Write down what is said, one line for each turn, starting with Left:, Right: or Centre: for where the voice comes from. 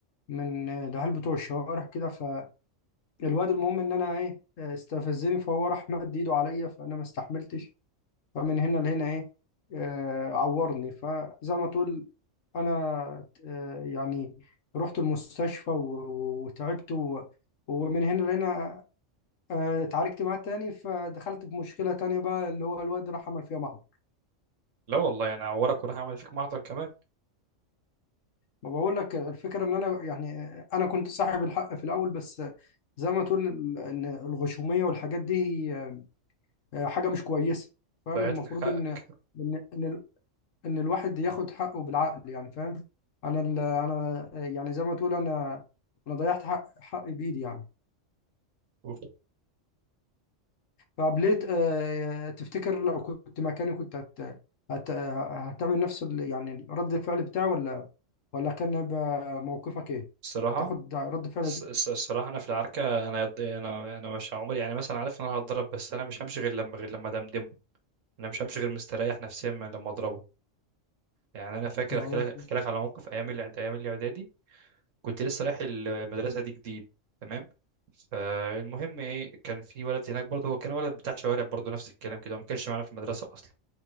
Left: من العيال بتوع الشوارع كده فالواد المهم إن أنا إيه استفزني فهو راح مد إيده عليا فأنا ما استحملتش فمن هنا لهنا إيه آه، عورني فزي ما تقول أنا آه، يعني رحت المستشفى و- و- وتعبت و- ومن هنا لهنا آه، اتعاركت معاه تاني فدخلت في مشكلة تانية بقى اللي هو الواد راح عمل فيها محضر
Right: لا والله انا هعورك وراح اعمل فيك محضر كمان
Left: ما بقول لك الفكرة ان انا يعني انا كنت صاحب الحق في الاول بس زي ما تقول ان الغشومية والحاجات دي هي آه، حاجة مش كويسة فاهم
Right: ضيعت
Left: المفروض
Right: لك حقك
Left: ان ان ان ال- إن الواحد ياخد حقه بالعقل يعني فاهم انا ال- انا يعني زي ما تقول انا انا ضيعت حق حقي بايدي يعني
Right: أوف.
Left: طب ليه ت- آه، تفتكر لو كنت مكاني كنت هت... هت... هتعمل نفس ال... يعني رد الفعل بتاعي ولا ولا كان هيبقى موقفك ايه؟
Right: الصراحه
Left: هتاخد رد فعل
Right: الص-
Left: ده؟
Right: الص- الصراحه انا في العركه انا يض- انا انا مش عمري يعني مثلا عارف ان انا هتضرب بس انا مش همشي غير لما غير لما دمدمه انا مش همشي غير مستريح نفسيا من لما اضربه يعني انا فاكر
Left: اه
Right: احكي لك احكي لك على موقف ايام الاعد- ايام الاعدادي كنت لسه رايح المدرسه دي جديد تمام فالمهم ايه كان في ولد هناك برضه هو كان ولد بتاع شوارع برضه نفس الكلام كده ما كانش معانا في المدرسه اصلا